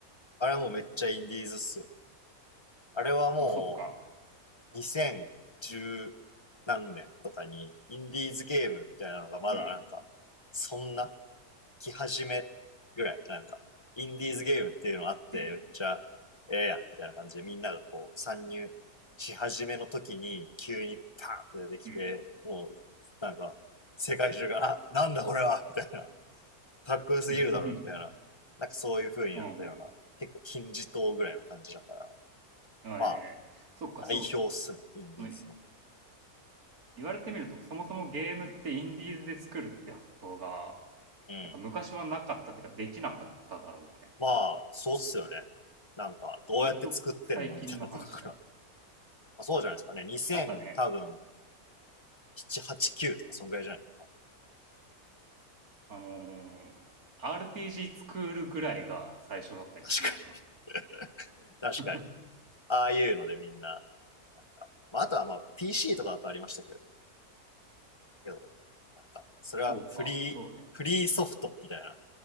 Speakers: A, on the left (about 20°); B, on the right (about 70°).
A: あれはもうめっちゃインディーズっすよ。あれはも
B: まあ、そっか。
A: う2010何年とかにインディーズゲームみたいなのがまだなんか、
B: うん、
A: そんな来始めぐらい、なんか、インディーズゲームっていうのあってめっちゃええやんみたいな感じでみんながこう参入し始めの時に急にパーンって出てきて、
B: うん、うん。
A: もうなんか世界中が、なんだこれはみたいなかっこよすぎるだろうみたいな、
B: <laughs>
A: なんかそういう風になったような、
B: うん、
A: 結構金字塔ぐらいの感じだから、
B: うん。ええそっか、
A: まあ、代表っすね、
B: そ
A: インディーズの。
B: う。の言われてみると、そもそもゲームってインディーズで作るって発想が、
A: うん。
B: なんか昔はなかったっていうか、できなかっただろうね。
A: まあ、そうっすよね。なんか、どうやって作ってんのみたいなとこから。
B: 割と最近の話か。
A: まあ、そうじゃないですかね。2000多分、
B: なんかね、
A: 7、8、9とかそんぐらいじゃない多分
B: あのー RPG 作るぐらいが最初だったりするのか
A: 確かに。<laughs> 確かに。
B: な。<laughs>
A: ああいうのでみんな、なんか、まあ、あとはまあ、PC とかだとありましたけどね。けど、なんか、それはフリー、
B: そうか、そうね。
A: フリーソフトみたいな、